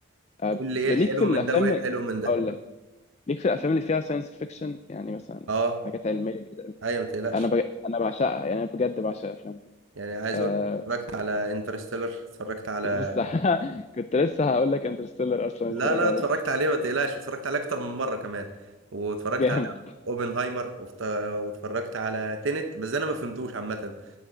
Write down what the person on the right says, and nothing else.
قول لي ايه
الحلو
من ده وايه الحلو من ده
اه
ايوه ما تقلقش
يعني عايز
اقول اتفرجت على انترستيلر اتفرجت على
لا
لا
اتفرجت عليه ما تقلقش اتفرجت عليه اكتر من مره كمان واتفرجت
على اوبنهايمر وفت- واتفرجت على تينت بس انا ما فهمتوش عامه